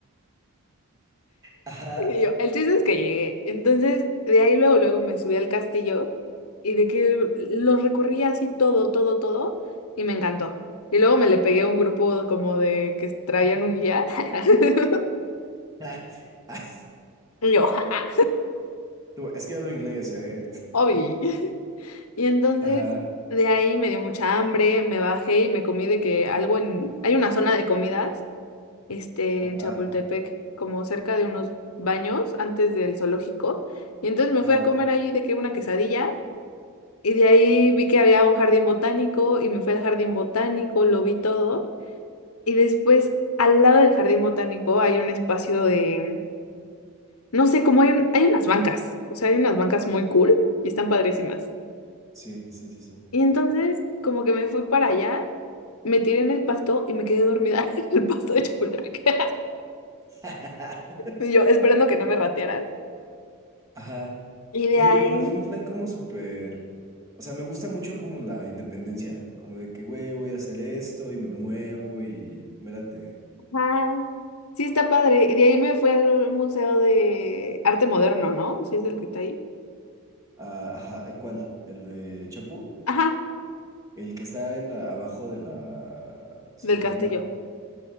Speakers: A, on the right (about 15°); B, on the left (about 75°).
A: Ajá.
B: Y yo, el chiste es que llegué. Entonces, de ahí luego, luego me subí al castillo y de que lo recorrí así todo, todo, todo y me encantó. Y luego me le pegué a un grupo como de que traían un guía. <laughs>
A: <laughs> Ah,
B: Y yo, jaja,
A: Tú, es que yo hablo inglés, ¿eh?
B: obvio. Y entonces
A: Ajá,
B: de ahí me dio mucha hambre, me bajé y me comí de que algo en... Hay una zona de comidas este,
A: <laughs> ajá,
B: en Chapultepec, como cerca de unos baños antes del zoológico. Y entonces me
A: ajá.
B: fui a comer ahí de que una quesadilla y de ahí vi que había un jardín botánico y me fui al jardín botánico, lo vi todo. Y después al lado del jardín botánico hay un espacio de, no sé, como hay, un- hay unas bancas, o sea, hay unas bancas muy cool y están padrísimas.
A: Sí, sí, sí, sí.
B: Y entonces como que me fui para allá. Me tiré en el pasto y me quedé dormida <laughs> en el pasto de Chapultepec. <laughs>
A: <laughs>
B: Y yo esperando que no me ratearan.
A: Ajá.
B: Y de
A: Oye,
B: ahí,
A: güey, pero fue un plan como súper. O sea, me gusta mucho como la independencia, como de que, güey, voy a hacer esto y me muevo y me late.
B: ajá, sí está padre. Y de ahí me fui al Museo de Arte Moderno, ¿no? Sí es el que está ahí.
A: Ah, ajá, ¿eh, ¿cuál? ¿El de Chapu?
B: Ajá,
A: El que está en la, abajo de la suavicrema.
B: del castillo.